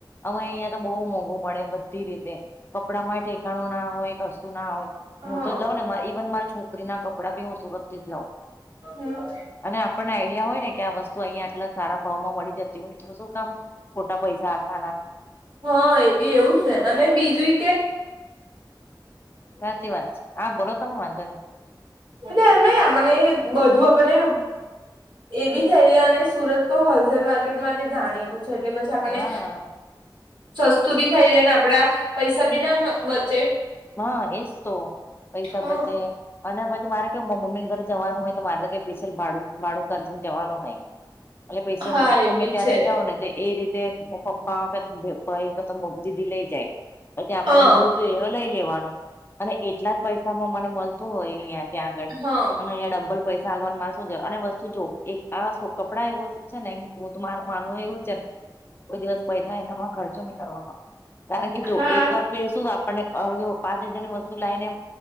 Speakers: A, on the left; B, on the right.
A: અમને અહિયાં તો બહુ મોંઘું મળે બ ધી રીતે કપડામાં ઠેકાણું ના હોય કસુ ના હોય
B: હા
A: હું તો જાઉં ને મા ઈવન મારે છોક છકરી ના કપડા ભી હું સુરત થી જ લઉં
B: હમ
A: અને આપણને આઈડિયા હોય ને કે આ વસ્તુ અહિયાયા આટલા સારા ભાવમાં મળી જતી હોય જોશું કામ છોટા પૈસા હ ભના
B: હા એ બી એવું જ ને અને બીજું કે
A: સાચી વાત હા બોલો તમે વાંધો નહી
B: એ એમ નહ મને બધું આપણને એ બી થઈ જ અને સુરત તો હોલસેલ માર્કેટ માટે જાણીતું છે એટલે પછી આપણને
A: હા હ
B: સસ્તું બી થઈ જાય ને આપડા પૈસા બી ના બચે
A: હા એજ તો પૈસા
B: હ
A: બચે અને પછી મારે કેવું મમ્મ ઘરે જવાનું હોય તો મારે તો કઈ સ્પેશિયલ ભાડું ભાડું ને જવાનું નહી એટલે પેશ
B: હા એ
A: તમે
B: બી
A: ત્યારે
B: છે
A: જાાવ ને એ રીતે પપ્પા કે ભાઈ તો દીદી લઈ જાય પછી આપણને
B: અ હ
A: જોય એવ લઈ લેવાનું અને એટલા જ પૈસામાં મને મળતું હોય અહં ત્યાં આગળ
B: હા
A: પણ અહીંયા ડબ્બલ પૈસા હાલવાનું મા શું અને વસ્તુ જો એક આ કપડાં એું શું છે નેધ મારું માનવું એવું છે ને કોઈ દિવસ પૈસા એનામાં ખર્ચો નહી કરવાનો કારણ કે જો
B: હા
A: એક વાર ફેર શું આપ હવે જો પાંચ હજારની વસ્તુ લાવ ને